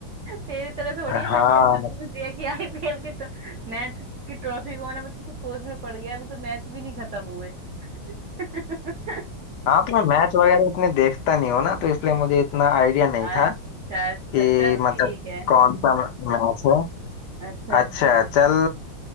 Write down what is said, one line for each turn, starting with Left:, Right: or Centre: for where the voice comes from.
Right: तेरी तरह थोड़ी है मैंने
Left: हाँ
Right: तेरे से पूछ दिया कि आईपीएल की तो, मैच की ट्रॉफी कौन है मतलब तो सोच में पड़ गया अभी तो मैच भी नहीं खत्म हुए <laughs>
Left: हाँ तो मैं मैच वगैरह इतने देखता नहीं हूँ ना तो इसलिए मुझे इतना आइडिया नहीं
Right: अच्छा
Left: था
Right: अच्छा
Left: कि
Right: चल
Left: मतलब
Right: ठीक है
Left: कौन सा मैच है
Right: अच्छा
Left: अच्छा
Right: अच्छा
Left: चल